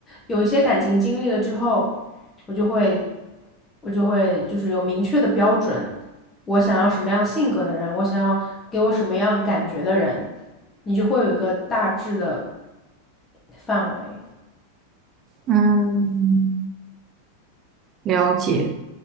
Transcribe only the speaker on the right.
嗯，了解。